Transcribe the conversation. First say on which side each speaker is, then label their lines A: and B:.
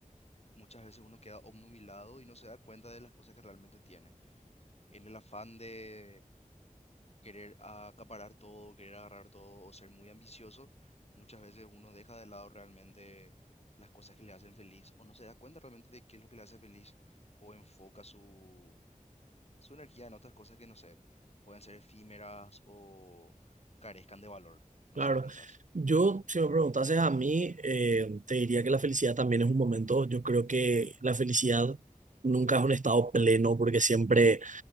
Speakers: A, on the left (about 45°); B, on the right (about 60°).
A: muchas veces uno queda obnubilado y no se da cuenta de las cosas que realmente tiene. En el afán de querer acaparar todo, querer agarrar todo o ser muy ambicioso, muchas veces uno deja de lado realmente las cosas que le hacen feliz o no se da cuenta realmente de qué es lo que le hace feliz o enfoca su, su energía en otras cosas que no sé, pueden ser efímeras o carezcan de valor. No
B: claro.
A: sé qué pensás.
B: Yo, si me preguntases a mí, eh, te diría que la felicidad también es un momento. Yo creo que la felicidad nunca es un estado pleno porque siempre